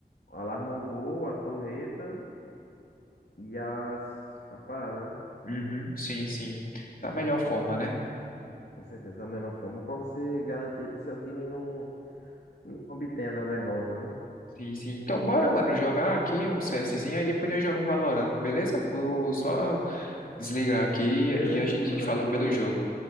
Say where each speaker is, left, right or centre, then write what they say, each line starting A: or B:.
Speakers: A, on the left (about 80°); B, on the left (about 55°).
A: Alarma o boi, a torreta e as, as paradas, né?
B: Uhum, sim, sim. Da melhor forma, né?
A: Com certeza, a melhor forma pra você garantir que seu time não, não obtenha da derrota, né?
B: Sim, sim. Então, bora, mano, jogar aqui um CSzinho, aí depois nós jogamos um Valorant, beleza? Vou só desligar aqui
A: Beleza,
B: e a gente
A: mano.
B: fala
A: A gente.
B: pelo jogo.